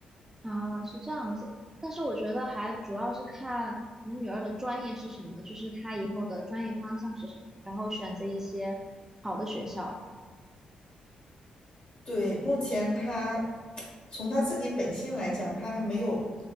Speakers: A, on the right (about 15°); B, on the left (about 50°).
A: 哦，是这样子。但是我觉得还主要是看你女儿的专业是什么，就是她以后的专业方向是什么，然后选择一些好的学校，
B: 对，目前他从他自己本心来讲，他还没有